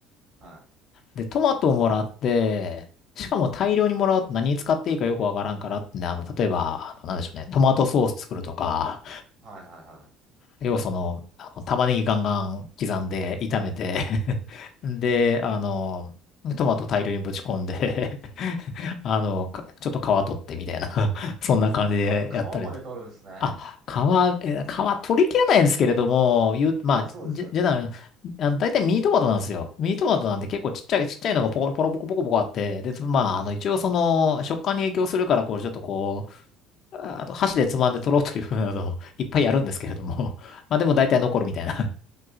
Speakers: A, on the right; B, on the left.
A: は
B: で、トマトをもらって、しかも大量にもらうと何に使っていいかよくわからんからってんで、あの、例えば、あの、なんでしょうね、トマトソース作るとか、
A: い。はいはいはい。
B: 要はその、あの、玉ねぎガンガン刻んで炒めて <laughs> で、あの、トマト大量にぶち込んで <laughs> あの、かちょっと皮取ってみたいな <laughs> そんな感じでやったり。
A: あ、皮まで取るんですね。
B: あ、皮、え皮取り切れないんですけれども、言う、まあ、
A: まあそうですよね。
B: じ、じゃあ、あの、大体ミニトマトなんですよ。ミニトマトなんで結構ちっちゃい、ちっちゃいのがポコ、ポロポコポコポコあって、で、まあ、あの、一応その、食感に影響するから、こう、ちょっとこう、ああと箸でつまんで取ろうというふうなのをいっぱいやるんですけれども、<laughs> まあでも大体残るみたいな、